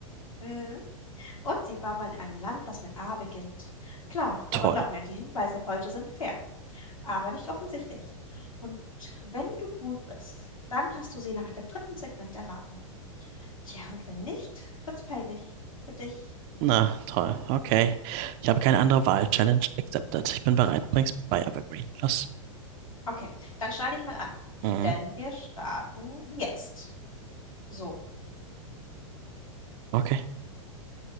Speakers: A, on the left; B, on the right.
A: Mhm. Und sie war mal in einem Land, das mit A beginnt. Klar, aber
B: Toll.
A: glaub mir, die Hinweise heute sind fair, aber nicht offensichtlich. Und wenn du gut bist, dann hast du sie nach dem dritten Segment erraten. Tja, und wenn nicht, wird's peinlich für dich.
B: Na, toll. Okay. Ich habe keine andere Wahl. Challenge accepted. Ich bin bereit. Bring's bei Evergreen. Los.
A: Okay, dann schnall dich mal an,
B: Mhm.
A: denn wir starten jetzt. So,
B: Okay.